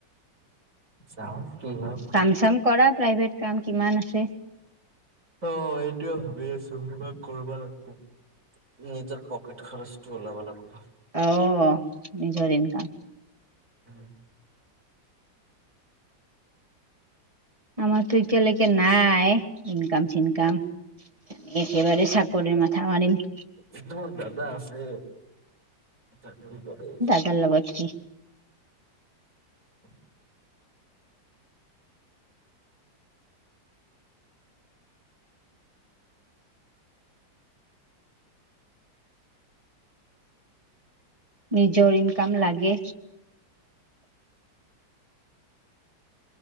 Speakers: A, on the right; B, on the right.
A: চাও কি হয়৷
B: কাম চাম কৰা প্ৰাইভেট কাম কিমান আছে৷
A: অ এইটোয়ে ভাবি আছো কিবা কৰিবা লাগব৷ নিজৰ পকেট খৰচটো ওলাবা লাগব।
B: অ', নিজৰ ইনকাম।
A: <unintelligible>
B: আমাৰতো এতিয়ালৈকে নাই, ইনকাম চিনকাম। একেবাৰে চাকৰিৰ মাথা মাৰিম।
A: একজন দাদা আছে, চাকৰি কৰে।
B: তাৰ লগত যদি
A: <unintelligible>
B: নিজৰ ইনকাম লাগে।